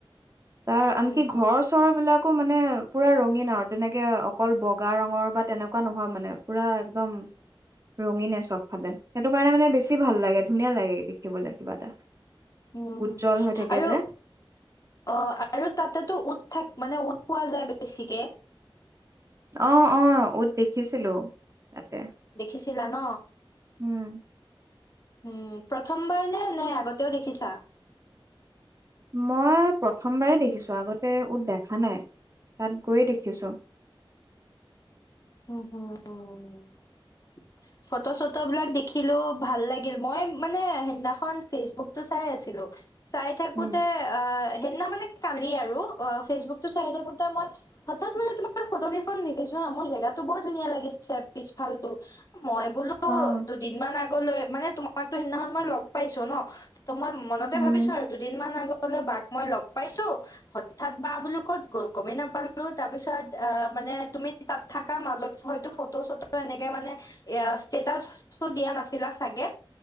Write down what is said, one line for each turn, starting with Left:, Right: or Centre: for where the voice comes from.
Right: তাৰ আনকি
Left: উম,
Right: ঘৰ-চৰবিলাকো মানে পুৰা ৰঙীন আৰু, তেনেকে অকল বগা ৰঙৰ বা তেনেকুৱা নহয় মানে, পুৰা একদম ৰঙীনে চবফালে, সেইটো কাৰণে মানে বেছি ভাল লাগে ধুনীয়া লাগে দেখিবলৈ কিবা এটা।
Left: উম,
Right: উজ্জ্বল হৈ থাকে
Left: আৰু
Right: যে
Left: অ', আৰু তাতেতো উট থাক, মানে উট পোৱা যায় বেছিকে
Right: অ', অ', উট দেখিছিলোঁ তাতে
Left: দেখিছিলা ন?
Right: হম্।
Left: উম, প্ৰথমবাৰ নে নাই আগতেও দেখিছা?
Right: মই প্ৰথমবাৰেই দেখিছোঁ, আগতে উট দেখা নাই। তাত গৈয়ে দেখিছোঁ।
Left: হম হম উ <inaudible> ফটো চটো বিলাক দেখিলো ভাল লাগিল, মই মানে সেইদিনাখন ফেচবুকতটো চাই আছিলো। চাই থাকোতে
Right: উম,
Left: অ' সেইদিনা মানে। <unintelligible> ফেচবুক টো চাই থাকো মই হঠাৎ মানে তোমাৰ ফটো কেইখন দেখিছো মই জেগাটো। বৰ ধুনীয়া লাগিছে পিছফালটো। মই বোলো
Right: অ',
Left: দুদিন মান আগলৈ। মানে তোমাকতো সিদিনাখন মই লগ পাইছো ন, ত, মই মনতে
Right: উম,
Left: ভাবিছো আৰু দুদিন মান আগলৈ বাক মই লগ পাইছো, হঠাৎ বা বোলো ক'ত গ'ল গমেই নাপালো। তাৰপিছত অ' মানে তুমি তাত থকা মাজত হয়তো ফটো চটো এনেকে মানে এয়া ষ্টেটাছটো দিয়া নাছিলা চাগে,